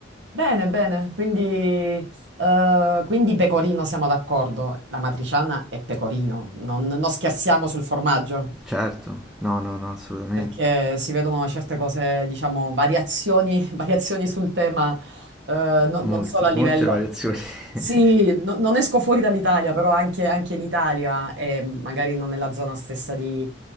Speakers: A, on the right; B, in the centre.
A: Bene, bene, quindi, eh, quindi pecorino siamo d'accordo. La matriciana è pecorino, non, non scherziamo sul formaggio
B: Certo, no, no, no, assolutamente.
A: perché si vedono certe cose, diciamo, variazioni, <laughs> variazioni sul tema, eh, no-
B: Molto,
A: non solo a livello...
B: molte variazioni. <laughs>
A: Sì, no- non esco fuori dall'Italia, però anche, anche in Italia e magari non nella zona stessa di,